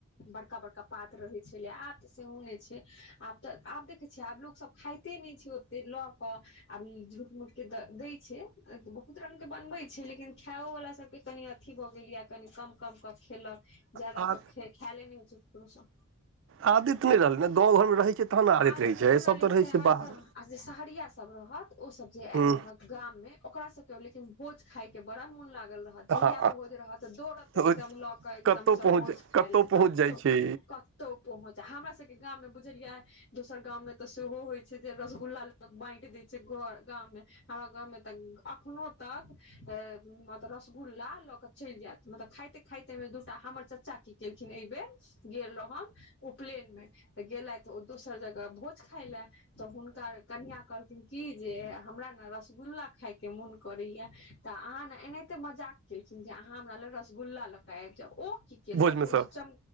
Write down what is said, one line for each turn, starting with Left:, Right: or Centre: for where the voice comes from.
Left: बड़का बड़का पात रहै छलै आब तऽ सेहो नहि छै आब तऽ आब देखै छियै आब लो। सभ खाते मे छै ओते लऽ के आब झूठ मूठ के दै छै बहुत रंग के बनबे छै लेकिन खायो वाला सभके कनि अथि भऽ गेल या कनि कम कम कऽ खेलक ज्यदा
Right: आ
Left: कऽ खैले नहि हो छै ककरो सब
Right: आदत नहि रहलै ने गाँव घरमे रहै छै तहन ने
Left: आदत
Right: रहै छै
Left: नहि रहल
Right: सभ तऽ रहै छै बाहर
Left: सहरिया सब रहत ओ सब जे आयल
Right: हूँ
Left: रहत गाम मे ओकरा सब लेकिन भोज खाायके बड़ा मोन लागल रहत जहियआ
Right: हँ
Left: भोज रहत तऽ दौड़त
Right: हँ
Left: एकदम लऽ कऽ एकदमसँ
Right: कतहु पहुँच
Left: भोज खाय ल
Right: पहुँच
Left: कतहु
Right: जाइ छै
Left: कतहु पहुँच हमरा सबके गामव मऽ बुझलियिया दोसर गां में त सेहो होइ छै जे रसगुल्ला लग बाट देय छै घर गां में हमरा गाँं मे अखनो तक रसगुल्ला ल क चेल जायत मतलब खायेते खायेते खाइते मे दूटा हमर चाचा की केलखिन एहि बेर गेल रह हम उपनयन मे तऽ गेलथि ओ दोसर जगह भोज खााय लए तऽ हुनका कनिया कहलखिन की जे हमरा नऽ रसगुल्ला खाायके मोन करैया तऽ अहाँ ने एनाहिते मजाक केलखिन जे अहाँ हमरा ल रसगुल्ला लऽ के आबि जाउ ओ की कयलेत
Right: भोजमे
Left: ओ जेी
Right: सँ
Left: चम